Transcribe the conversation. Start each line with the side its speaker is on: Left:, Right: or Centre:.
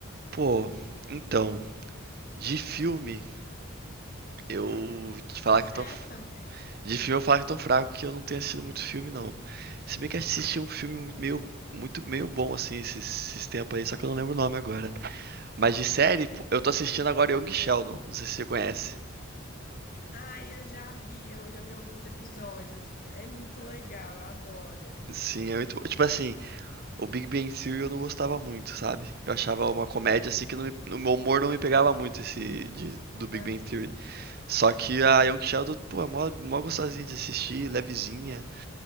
Right: Pô, então, de filme, eu te falar
Left: Ou série
Right: que eu tô. f-
Left: também.
Right: De filme eu falar que eu tô fraco, que eu não tenho assistido muito filme, não. Se bem que eu assisti um filme mu- meio, muito meio bom, assim, esses, esses tempos aí, só que eu não lembro o nome agora. Mas de série, pô, eu tô assistindo agora Young Sheldon, não sei se você conhece.
Left: Ai, eu já vi, eu já vi alguns episódios. É muito legal, eu adoro.
Right: Sim, é muito. bo- Tipo assim, o Big Bang Theory eu não gostava muito, sabe? Eu achava uma comédia assim que não me- no meu humor não me pegava muito esse de, do Big
Left: Aham.
Right: Bang Theory. Só que a Young Sheldon, pô, é mó, mó gostosinha de assistir, levezinha,